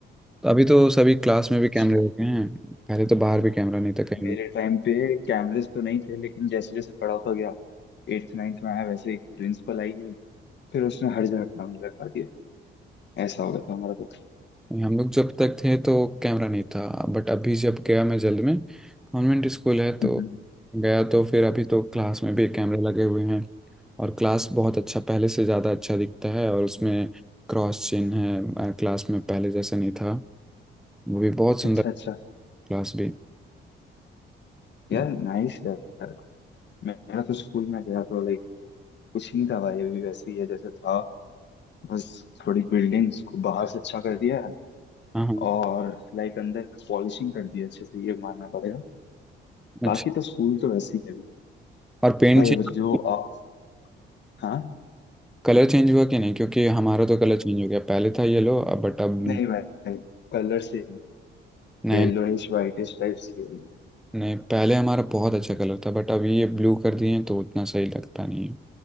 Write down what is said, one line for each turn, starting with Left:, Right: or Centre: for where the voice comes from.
Centre: अभी तो सभी क्लास में भी
Left: अच्छा।
Centre: कैमरे हो गए हैं पहले तो बाहर भी कैमरा नहीं था कहीं
Left: मेरे
Centre: भी
Left: टाइम पे कैमरेज तो नहीं थे लेकिन जैसे जैसे बड़ा होता गया एट्थ नाइन्थ में आया वैसे एक प्रिंसिपल आई नहीं फिर उसने हर जगह कैमरे लगा दिए ऐसा हो गया था हमारा तो
Centre: हम लोग जब तक थे तो कैमरा नहीं था बट अभी जब गया मैं जल्द में कॉन्वेंट स्कूल है तो
Left: हम्म,
Centre: गया तो फिर अभी तो क्लास में भी कैमरे लगे हुए हैं और क्लास बहुत अच्छा पहले से ज़्यादा अच्छा दिखता है और उसमें क्रॉस चिन्ह है क्लास में पहले जैसा नहीं था वो भी बहुत सुंदर
Left: अच्छा अच्छा
Centre: क्लास भी
Left: यार
Centre: हाँ
Left: नाइस यार मेरा तो स्कूल में गया तो लाइक कुछ नहीं था भाई अभी वैसे ही है जैसे था बस थोड़ी बिल्डिंग्स को बाहर से अच्छा कर दिया है
Centre: हाँ
Left: और लाइक अंदर पॉलिशिंग कर दिया अच्छे से ये मानना पड़ेगा
Centre: अच्छा
Left: बाकी तो स्कूल तो वैसे ही है अभी
Centre: और पेंट
Left: भाई
Centre: चेंज
Left: जो आप हाँ
Centre: कलर चेंज हुआ कि नहीं क्योंकि हमारा तो कलर चेंज हो गया पहले था येलो बट अब
Left: नहीं भाई कलर से
Centre: नए
Left: येलोइश वाइटिश टाइप्स की होगी
Centre: नहीं पहले हमारा बहुत अच्छा कलर था बट अभी ये ब्लू कर दिए हैं तो उतना सही लगता नहीं है